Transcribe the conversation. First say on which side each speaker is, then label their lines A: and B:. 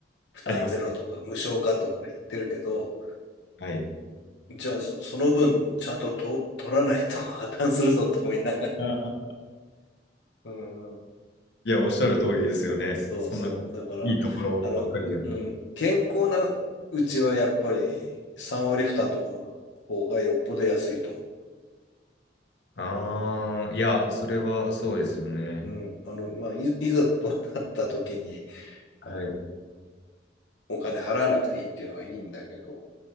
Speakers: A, on the left (about 85°); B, on the left (about 70°).
A: 負担ゼロとか無償化とかが言ってるけど、
B: ありますね。はい。
A: じゃあそ、その分ちゃんとと取らないと破綻するぞと思いながら。
B: <laughs>
A: うん、
B: いや、おっしゃる通りですよね。
A: そうそう。
B: そんな、いいところばっかりでも。
A: だから、あの、うん、健康なうちはやっぱり3割負担とかの方がよっぽど安いと思う。
B: ああ、いや、それはそうですよね。
A: うん、あの、まあ、い、いざとなった時に、
B: はい。
A: あの、お金払わなくていいっていうのはいいんだけど、